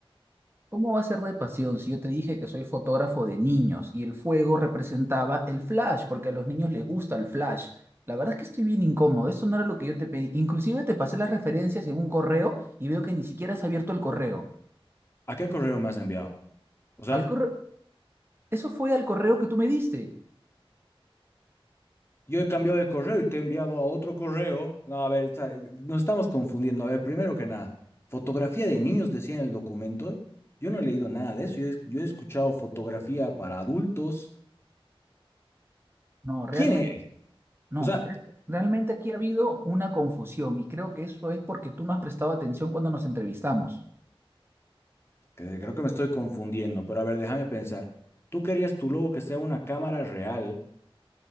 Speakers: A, on the right; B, on the left.
A: ¿Cómo va a ser de pasión si yo te dije que soy fotógrafo de niños y el fuego representaba el flash? Porque a los niños les gusta el flash. La verdad es que estoy bien incómodo. Eso no era lo que yo te pedí. Inclusive te pasé las referencias en un correo y veo que ni siquiera has abierto el correo.
B: ¿A qué correo me has enviado? O sea,
A: Al correo... Eso fue al correo que tú me diste.
B: Yo he cambiado de correo y te he enviado a otro correo. No, a ver, o sea, nos estamos confundiendo. A ver, primero que nada, fotografía de niños decía en el documento. Yo no he leído nada de eso. Yo he, yo he escuchado fotografía para adultos.
A: No, realmente.
B: ¿Quién es?
A: No,
B: O sea,
A: re- realmente aquí ha habido una confusión y creo que eso es porque tú no has prestado atención cuando nos entrevistamos.
B: que- creo que me estoy confundiendo, pero a ver, déjame pensar. Tú querías tu logo que sea una cámara real.